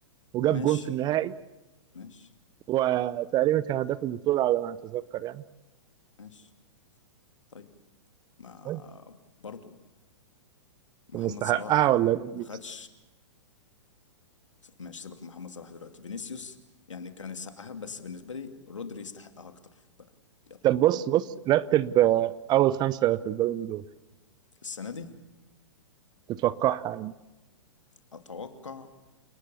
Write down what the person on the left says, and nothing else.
ماشي
ماشي
ماشي طيب ما
برضو محمد
صلاح
ما خدش ماشي سيبك من محمد صلاح دلوقتي فينيسيوس يعني كان يستحقها بس بالنسبه لي رودري يستحقها اكتر بقى يلا
السنه دي
اتوقع